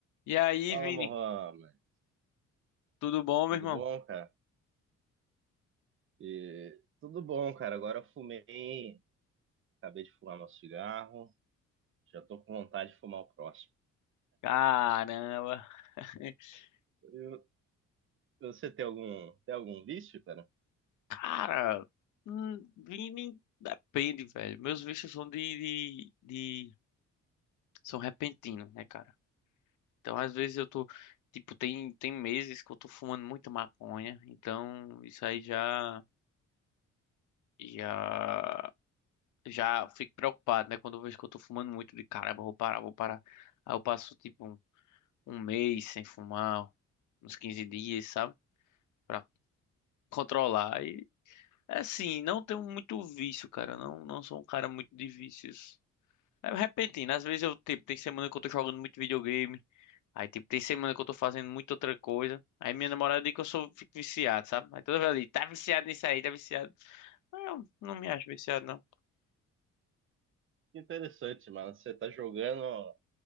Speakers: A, on the left; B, on the right.
A: E aí,
B: Fala,
A: Vini?
B: Mohamed.
A: Tudo bom, meu
B: Tudo
A: irmão?
B: bom, cara? E- Tudo bom, cara. Agora eu fumei, acabei de fumar meu cigarro, já tô com vontade de fumar o próximo.
A: Caramba. <laughs>
B: Eu- Você tem algum, tem algum vício, cara?
A: Cara, hum, Vini, depende, velho. Meus vistos são de, de, de- São repentinos, né, cara? Então, às vezes eu tô. Tipo, tem, tem meses que eu tô fumando muita maconha. Então, isso aí já. Já. Já fico preocupado, né? Quando eu vejo que eu tô fumando muito, de caramba, eu vou parar, vou parar. Aí eu passo, tipo, um, um mês sem fumar, uns 15 dias, sabe? Pra controlar. É assim, não tenho muito vício, cara. Não, não sou um cara muito de vícios. É repentino. Às vezes eu, tipo, tem semana que eu tô jogando muito videogame. Aí, tipo, tem semana que eu tô fazendo muita outra coisa. Aí minha namorada diz que eu sou, fico viciado, sabe? Aí toda vez ela tá viciado nisso aí, tá viciado. Mas eu não me acho viciado, não.
B: Que Interessante, mano. Você tá jogando,